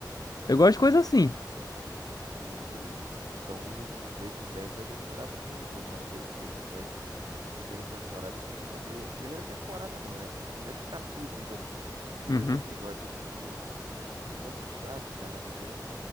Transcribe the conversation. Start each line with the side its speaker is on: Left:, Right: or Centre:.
Left: Eu gosto de coisa assim.
Right: O, o- então o, o Breaking Bad vai demorar pra te prender, cara. The Breaking Bad, as primeiras temporadas você fica meio. Primeira temporada não, é nos primeiros capítulos, assim, os primeiros
Left: Uhum.
Right: episódios, você fica, pô, que negócio chato, cara. Não tem,